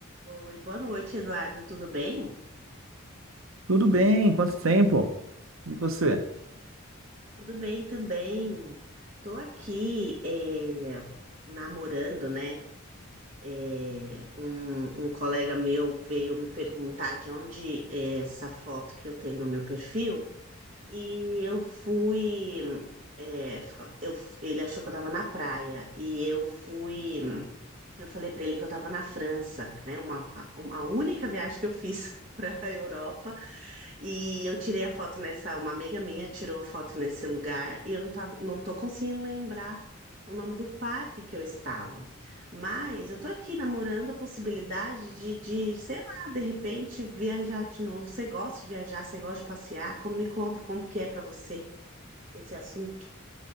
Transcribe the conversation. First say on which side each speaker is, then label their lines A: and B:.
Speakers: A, on the right (about 40°); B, on the right (about 80°).
A: Oi, boa noite, Eduardo. Tudo bem?
B: Tudo bem? Quanto tempo? E você?
A: Tudo bem também. Tô aqui é, namorando, né? É, um, um colega meu veio me perguntar de onde é essa foto que eu tenho no meu perfil e eu fui. é, eu- ele achou que eu tava na praia e eu fui. Eu falei pra ele que eu tava na França, né? Uma, uma única viagem que eu fiz <laughs> para a Europa. E eu tirei a foto nessa, uma amiga minha tirou foto nesse lugar e eu não tava, não tô conseguindo lembrar o nome do parque que eu estava. Mas eu tô aqui namorando a possibilidade de, de, sei lá, de repente viajar de novo. Você gosta de viajar, você gosta de passear? Como me conta como que é pra você esse assunto?